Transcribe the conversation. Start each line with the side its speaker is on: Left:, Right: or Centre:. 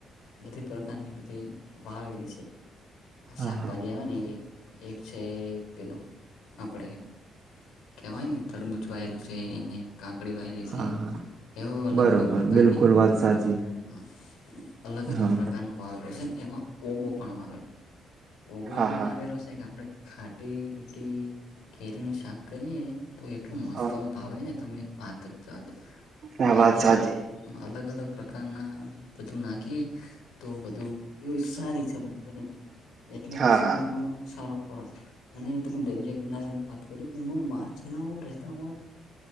Left: બધી પ્રકારની બધી વાવેલી છે. હ
Right: હા
Left: શાકભાજી
Right: હા
Left: આવે ને એ રી એક છે પેલું આપડે કેવાય ને તડબૂચવાયેલું છે એને કાંકડી વાયેલી
Right: હા હા
Left: એવ અલગ
Right: બરોબર
Left: અલગ પ્રકારની
Right: બિલકુલ વાત સાચી
Left: પેલું હા અલગ અલગ
Right: હા.
Left: પ્રકારનો વાવેલો છે એમાં ઓબો પણ વાવેલો ઓબો
Right: હા
Left: એવ
Right: હા
Left: આવેલો છે કે આપણે ખાટીમિટી કેરીનું શાક કરીએ તો એટલું મસ્ત
Right: હા
Left: આમ ભાવે ને તમે પાત જ ચજો
Right: હા
Left: અંદર
Right: વાત સાચી
Left: અલગ અલગ પ્રકારના બધું નાખી તો બધું એવ સારી સમજ પડી એટલે
Right: હા
Left: પછી
Right: હા
Left: એમાં સારો ખોરાક અને ત દર ની વાત કરી કે એમાં માછલા રહેતા હોય